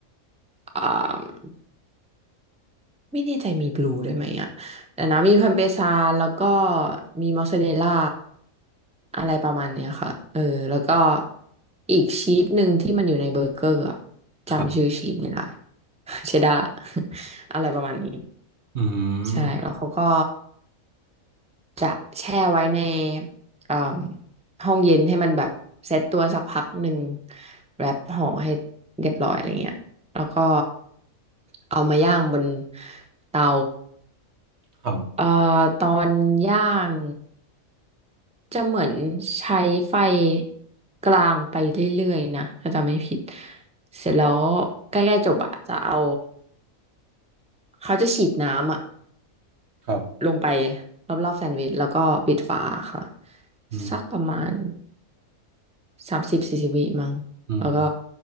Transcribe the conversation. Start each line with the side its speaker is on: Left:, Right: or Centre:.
Centre: อ่าไม่แน่ใจมีบลูด้วยไหมอ่ะแต่นะมีพาเมซานแล้วก็มีมอสซาเรลล่าอะไรประมาณเนี้ยค่ะเออแล้วก็อีกชีสหนึ่งที่มันอยู่ในเบอร์เกอร์อะจำชื่อชีสไม่ได้
Right: ครับ
Centre: <laughs> เชดดาร์ <laughs> อะไรประมาณนี้
Right: อื
Centre: ใช่แล้วเขาก็
Right: ม
Centre: จะแช่ไว้ในเอ่มห้องเย็นให้มันแบบเซตตัวสักพักหนึ่งแรปห่อให้เรียบร้อยอะไรเงี้ยแล้วก็เอามาย่างบนเตา
Right: ครับ
Centre: เอ่อตอนย่างจะเหมือนใช้ไฟกลางไปเรื่อยๆนะถ้าจำไม่ผิดเสร็จแล้วใกล้ๆจบอะจะเอาเขาจะฉีดน้ำอะ
Right: ครับ
Centre: ลงไปรอบๆแซนด์วิชแล้วก็ปิดฝาค่ะ
Right: อืม
Centre: สักประมาณสามสิบสี่สิบวิมั้งแล้วก็
Right: อืม